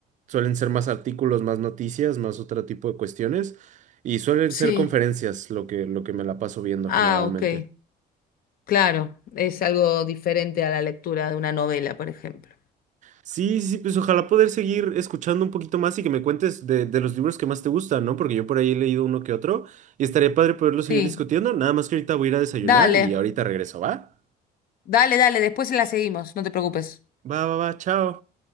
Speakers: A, on the right (about 45°); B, on the left (about 60°).
A: suelen ser más artículos, más noticias, más otro tipo de cuestiones y suelen
B: sí.
A: ser conferencias lo que, lo que me la paso viendo
B: Ah,
A: generalmente.
B: ok. Claro, es algo diferente a la lectura de una novela, por ejemplo.
A: Sí, sí, sí, pues ojalá poder seguir escuchando un poquito más y que me cuentes de, de los libros que más te gustan, ¿no? Porque yo por ahí he leído uno que otro y estaría padre poderlo seguir
B: Sí,
A: discutiendo. Nada más que ahorita voy a ir a desayunar
B: dale,
A: y ahorita regreso, ¿va?
B: dale, dale, después la seguimos, no te preocupes.
A: Va, va, va, chao.